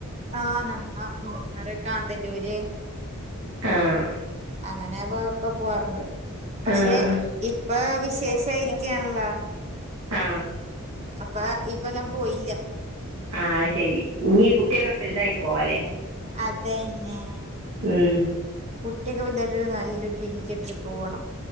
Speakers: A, on the right (about 30°); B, on the right (about 70°).
A: ആഹ് <unintelligible> ഉം <inaudible> മറെ കാന്തല്ലൂര്
B: ആഹ്
A: അങ്ങനെ കെ ക്കെ പോവാറുണ്ട് പക്ഷെ
B: ആഹ് ആഹ്
A: ഇപ്പൊ വിശേഷായിരിക്കാണല്ലോ
B: ആഹ്
A: അപ്പ ഇപ്പ ഞാ പോയില്ല
B: ആ ശെരി നീ കുട്ടിയൊക്കെ വലുതായിട്ട് പോവാലെ?
A: അതന്നെ
B: ഉം
A: കുട്ടിക്കെ വൽ ഒരു നല്ലരു വല്യ ട്രിപ്പ് പോവ്ണം